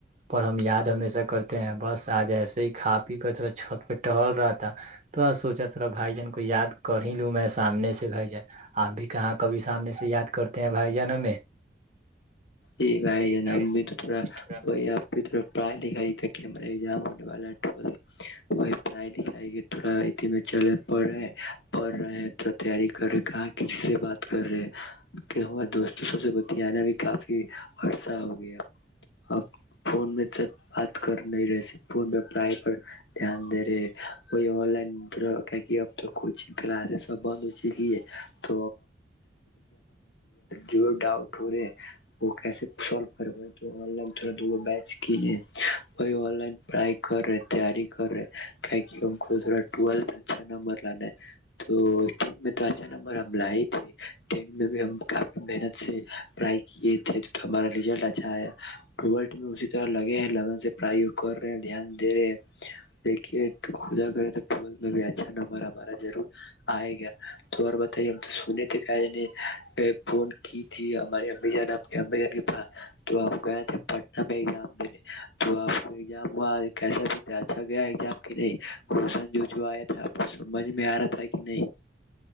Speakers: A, on the right (about 40°); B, on the left (about 80°).
A: پر ہم یاد ہمیشہ کرتے ہیں بس آ ج ایسے ہی کا پی کر تھوڑا چھت پہ ٹہل رہا تھا تھڑا سوچا تھوڑا بھائی جان کو یاد کر ہی لوں میں سامنے سے بھائی جان آپ بھی کہاں کبھی سامنے سے یاد کرتے ہیں بھائی جان ہمیں
B: یہ گائے
A: جی بھائی
B: امب تو
A: جان
B: وہ آپ کی پڑھائی لکھائی کہ ہم نے ام ہونے والا ہے وہ پڑھائی لکھائی کے تھڑا میں چلے پڑے پڑ رہے ہیں تیاری کر رہے کہاں کسی سے بات کر رہے کہ ہمارے دوستوں سب سے بت نا بھی کا عرسہ ہو گیا اور فون میں جب بات کر نہیں رہ پور میں پڑائی پر دھیان دے رہے وہیو لدر <inaudible> کوچنگ کلاس س بند ہوی <inaudible> <inaudible> جو ڈاؤٹورے وہ کیسے سالو کرے ہو تو آن لائن تھوڑا دوو بیچ کی لے وہی آ لائن پرڑائی کر رہے تیاری کر رہے تہ ہم کو تھا ٹل میں اچھا نمبر لانا ہے تو ٹین میں تو اچھا نمبر ہم ل ہی تھے ٹین میں بھی ہم کافی محنت سے پڑھائی کیے ہمارا رزلٹ اچھا آیا میں اسی طرح لگے ہیں لگن سے کر رہے ہیں دھیان د رہے دیکھیا کر میں بھی اچھا نمبر ہمارا ضرور آئے گا تو اورار بتائیے ہم تو سنے تھے کہ ہے نہیں پن کی تھی ہمارے اب جانا پاس تو آپ گئے تھے پٹن میں ایام دینے تو آپ کو ایام کیسا بھی تھا اچھا گیا نہیںن آیا تھا آپ کو سمجھ میں آ رہا تھا کہ نہیں